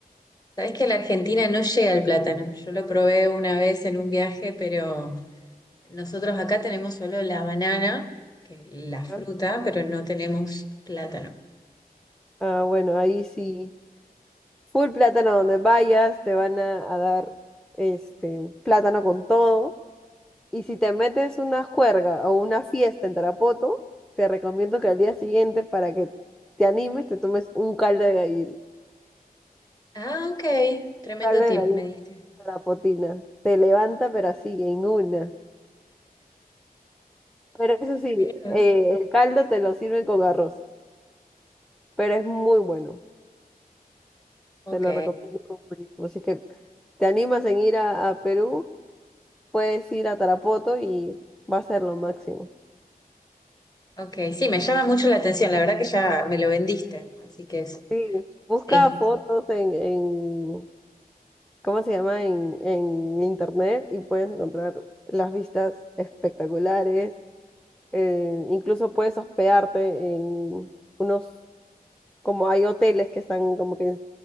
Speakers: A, on the left (about 25°); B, in the centre.
A: Sabés que a la Argentina no llega el plátano. Yo lo probé una vez en un viaje, pero nosotros acá tenemos solo la banana, que es la fruta,
B: Ojalá.
A: pero no tenemos plátano.
B: Ah, bueno, ahí sí. Full plátano donde vayas, te van a, a dar este plátano con todo. Y si te metes una juerga o una fiesta en Tarapoto, te recomiendo que al día siguiente, para que te animes, te tomes un caldo de gallina.
A: Ah, ok, tremendo
B: Caldo
A: tip
B: de gallina
A: me diste.
B: tarapotina. Te levanta, pero así, en una. Pero eso sí,
A: Mirá vos.
B: eh, el caldo te lo sirven con arroz, pero es muy bueno.
A: Ok,
B: Te lo recomiendo como buenísimo. Así que te animas en ir a, a Perú. puedes ir a Tarapoto y va a ser lo máximo.
A: ok, sí, me llama mucho la atención. La verdad que ya me lo vendiste, así que es
B: Sí. Busca
A: Sí.
B: fotos en, en ¿cómo se llama? En, en internet y puedes encontrar las vistas espectaculares. Eh, incluso puedes hospedarte en unos, como hay hoteles que están como que